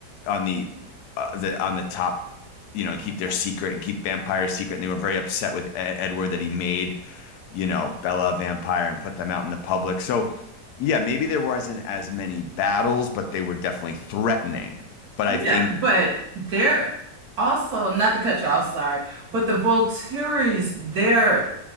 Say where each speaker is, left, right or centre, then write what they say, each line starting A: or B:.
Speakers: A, on the left; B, on the right.
A: on the uh, the on the top you know and keep their secret and keep vampires secret and they were very upset with E- Edward that he made you know Bella a vampire and put them out in the public so yeah maybe there wasn't as many battles but they were definitely threatening but
B: Yeah,
A: I think
B: but they're also not to cut you off, sorry, but the Volturi's their